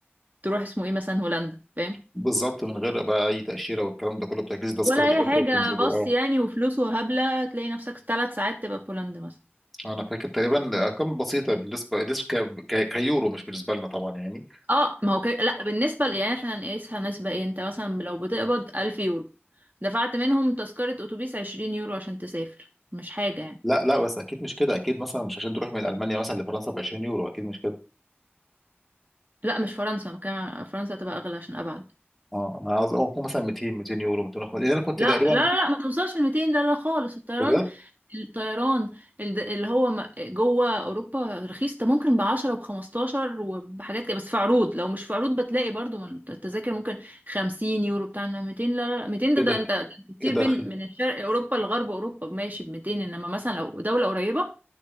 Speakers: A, on the right; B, in the centre.
A: تروح اسمه ايه مثلا هولندا فاهم
B: بالظبط من غير بقى اي تأشيرة والكلام ده كله بتحجز تذكرة
A: ولا
B: قطر
A: اي حاجه
B: وتنزل
A: بص
B: اه
A: يعني وفلوس وهبله تلاقي نفسك ثلاث ساعات تبقى في هولندا مثلا
B: انا فاكر تقريبا ارقام بسيطة بالنسبة بالنسبة ك... ك... كيورو مش بالنسبة لنا طبعا يعني
A: اه ما هو كده لا بالنسبة ل- يعني احنا نقيسها نسبة ايه انت مثلا لو بتقبض ألف يورو دفعت منهم تذكرة أتوبيس عشرين يورو عشان تسافر مش حاجة يعني
B: لا لا بس اكيد مش كده اكيد مثلا مش عشان تروح من المانيا مثلا لفرنسا ب 20 يورو اكيد مش كده
A: لا مش فرنسا كمان فرنسا تبقى أغلى عشان أبعد
B: اه انا قصدي أو مثلا 200 200 يورو 250 لان انا كنت
A: لا
B: تقريبا
A: لا لا ما توصلش ل 200 لا لا خالص الطيران
B: بجد
A: الطيران الد- اللي هو م- جوه اوروبا رخيص ده ممكن ب 10 وب 15 وبحاجات كده بس في عروض لو مش في عروض بتلاقي برضو من التذاكر ممكن 50 يورو بتاع إنما 200 لا لا لا، 200 ده
B: ايه
A: ده
B: ده
A: انت ده أنت بتطير
B: ايه ده
A: بين
B: رخيص
A: من الشرق اوروبا لغرب اوروبا ماشي ب 200 انما مثلا لو دولة قريبة